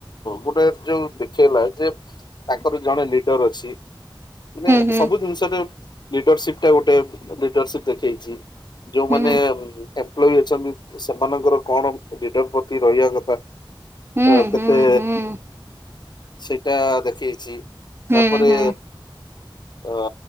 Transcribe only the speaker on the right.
ହୁଁ
ହୁଁ ହୁଁ
ହୁଁ
ହୁଁ
ହୁଁ।
ହୁଁ
ହୁଁ